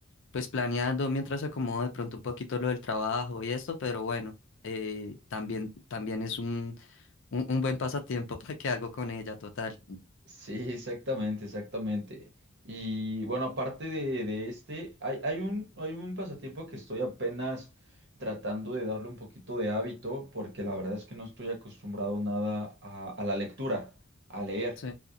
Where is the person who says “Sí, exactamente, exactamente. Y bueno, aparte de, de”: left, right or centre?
Right